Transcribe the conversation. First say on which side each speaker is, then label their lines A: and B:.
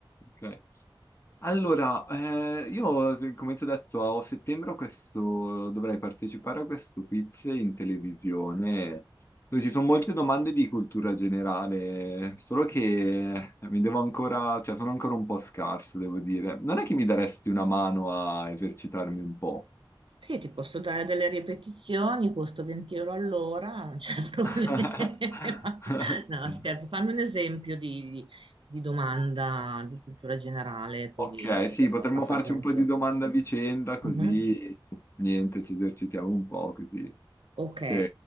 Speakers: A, on the left; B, on the right.
A: Ok. Allora, eh, io eh, come ti ho detto a settembre ho questo, dovrei partecipare a questo quiz in televisione dove ci sono molte domande di cultura generale, solo che mi devo ancora, cioè sono ancora un po' scarso, devo dire. Non è che mi daresti una mano a esercitarmi un po'?
B: Sì, ti posso dare delle ripetizioni, costo 20 euro all'ora, non c'è <laughs> problema.
A: <laughs>
B: No, scherzo, fammi un esempio di, di- di domanda di cultura generale, così
A: Ok,
B: riesco
A: sì, potremmo
B: a fasarmi
A: farci un
B: anch'io.
A: po' di domanda a vicenda, così
B: Mhm.
A: niente, ci esercitiamo un po' così.
B: Ok,
A: Sì,